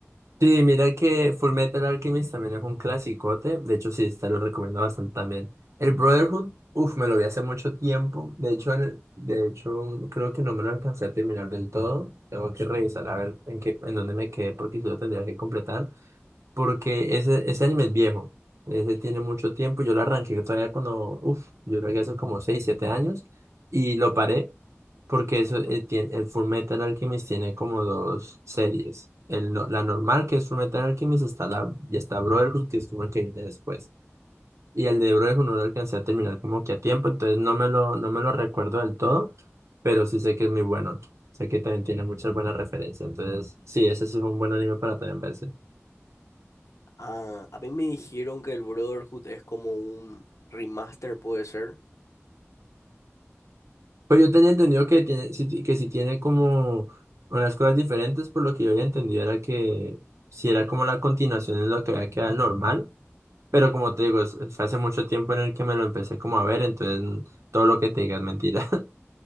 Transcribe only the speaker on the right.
sí, mira que Fullmetal Alchemist también es un clasicote, de hecho sí, te lo recomiendo bastante también. El Brotherhood, uff, me lo vi hace mucho tiempo, de hecho, el- de hecho creo que no me lo alcancé a terminar del todo, tengo que revisar a ver en qué, en dónde me quedé porque yo lo tendría que completar, Porque ese, ese anime es viejo. Ese tiene mucho tiempo. Yo lo arranqué todavía cuando, uff, yo creo que hace como 6 7 años. Y lo paré porque eso, eh, tiene, el Full Metal Alchemist tiene como dos series. El, no- la normal, que es Full Metal Alchemist, está la, y está Brotherhood, que es como el que viene después. Y el de Brotherhood no lo alcancé a terminar como que a tiempo, entonces no me lo, no me lo recuerdo del todo, pero sí sé que es muy bueno. Sé que también tiene muchas buenas referencias. Entonces, sí, ese sí es un buen anime para también verse.
Pues yo tenía entendido que tiene, si ti- que si tiene como unas cosas diferentes, por lo que yo había entendido era que si era como la continuación de lo que había quedado normal, pero como te digo, es- fue hace mucho tiempo en el que me lo empecé como a ver, entonces mm, todo lo que te diga es mentira.